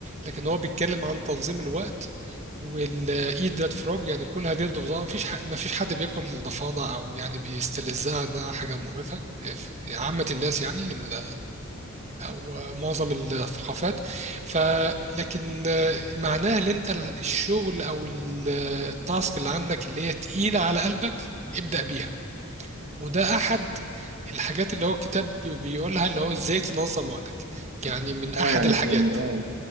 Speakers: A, on the right (about 35°); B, on the right (about 60°).
A: لكن هو بيتكلم عن تنظيم الوقت والإيد ذات فروج يعني كل هذه الضفدعة مفيش ح... مفيش حد بياكل الضفادع أو يعني بيستلذها إنها حاجة مقرفة في عامة الناس يعني ال... أو معظم الثقافات ف لكن
B: مم.
A: معناها إن أنت الشغل أو ال- التاسك اللي عندك اللي هي تقيلة على قلبك ابدأ بيها وده احد الحاجات اللي هو الكتاب بيقولها اللي هو ازاي تنظم وقتك يعني من احد
B: اه يعني
A: الحاجات
B: يعني اه